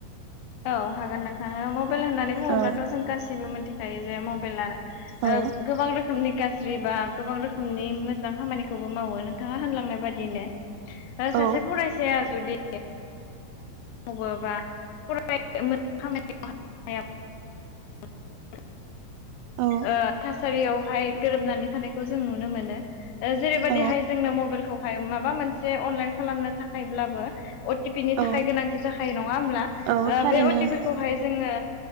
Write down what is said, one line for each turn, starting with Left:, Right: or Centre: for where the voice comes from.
Left: औ हागोन नोंथाङा मबाइल होननानै बुङोब्लाथ'
Right: औ
Left: जों गासिबो मोनथि खायो जे म <unintelligible>
Right: औ
Left: ओ गोबां रोखोमनि गाज्रि बा गोबां रोखोमनि मोजां खामानिखौ खौबो मावो नोंथाङा होनलांनाय बादिनो सासे
Right: औ
Left: फरायसाया जुदि मावो बा फरायो मोजां खामानियाव <unintelligible>
Right: औ
Left: ओ थासारियावहाय गोरोबनानै थानायखौ जों नुनो मोनो जेरैबायदिहाय
Right: औ
Left: जोंनो मबाइलखौहाय माबा मोनसे अनलाइन खालामनो थाखायब्लाबो अ टि पि नि थाखाय
Right: औ
Left: गोनांथि जाखायो नङा होमब्ला
Right: औ थारैनो
Left: बे अ
Right: नोंथां
Left: टि पि खौहाय जोङो